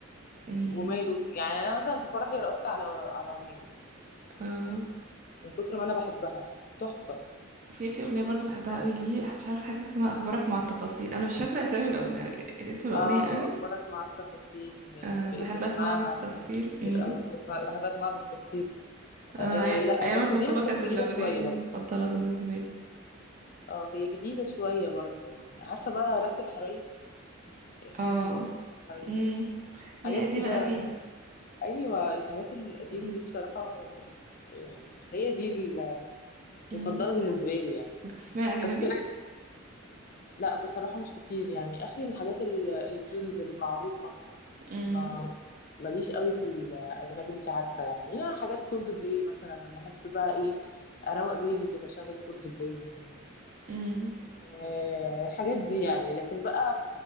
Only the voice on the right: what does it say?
مم.
اه
في في اغنية برضه بحبها قوي ليه مش عارفة حاجة اسمها اخبارك مع التفاصيل انا مش فاكرة اسامي الاغنية اسم الاغنية
قوي
أه
بحب
اسمعها بالتفصيل
مم.
آه،
أي-
ايام
الخطوبة
كانت
الأغنية
المفضلة
بالنسبة لي
اه
امم يا
قديمة
قوي
امم
امم
بتسمعي أجنبي
امم
امم